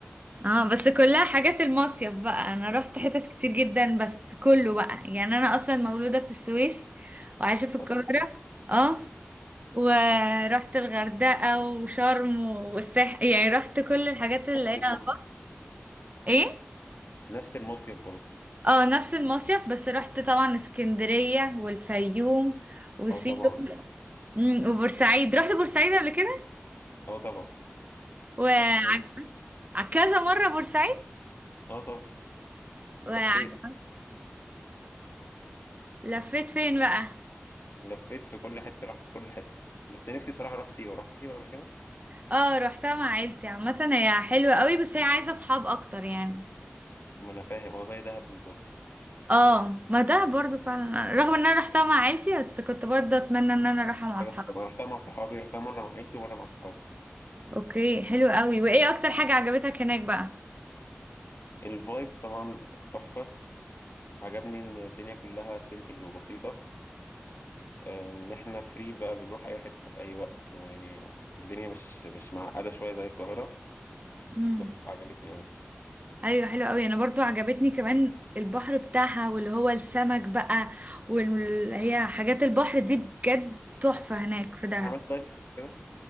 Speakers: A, on the right; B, on the left.
A: اه بس كلها حاجات المصيف بقى انا رحت حتت كتير جدا بس كله بقى يعني انا اصلا مولودة في السويس وعايشة في القاهرة
B: اصلا
A: اه ورحت الغردقة وشرم والساحل يعني رحت كل الحاجات اللي
B: نفس
A: هي
B: المصيف
A: على البحر. ايه
B: نفس المصيف برضه
A: اه نفس المصيف بس رحت طبعا اسكندرية والفيوم وسيوم
B: اه طبعا
A: مم، وبورسعيد رحت بورسعيد قبل كده
B: اه طبعا
A: وعجبت
B: رحت كذا
A: كذا مرة بورسعيد
B: اه طبعا لفيت
A: وعج- لفيت فين بقى
B: لفيت في كل حتة رحت كل حتة بس نفسي بصراحة اروح سيوة رحت سيوة قبل كده
A: اه رحتها مع عيلتي عامة هي حلوة قوي بس هي عايزة اصحاب اكتر يعني
B: ما انا فاهم اه زي دهب بالظبط
A: اه ما ده برضو فعلا رغم ان انا رحتها مع عيلتي بس كنت برضو اتمنى ان انا اروحها مع
B: خلاص،
A: اصحابي
B: أنا رحتها مع صحابي رحتها مرة مع عيلتي ومرة مع صحابي
A: اوكي حلو قوي وايه اكتر حاجة عجبتك هناك بقى
B: الفايب طبعا تحفة عجبني ان الدنيا كلها سيمبل وبسيطة آه، ان احنا فري بقى بنروح اي حته في اي وقت يعني الدنيا مش مش معقده شويه زي القاهره
A: امم
B: بس فعجبتني قوي
A: ايوه حلو قوي انا برضو عجبتني كمان البحر بتاعها واللي هو السمك بقى واللي هي حاجات البحر دي بجد تحفة هناك في دهب
B: عملت دايفنج كده